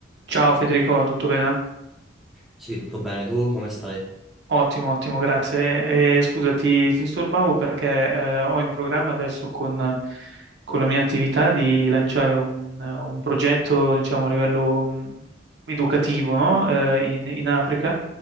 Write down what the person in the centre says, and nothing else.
Sì, tutto bene, tu come stai?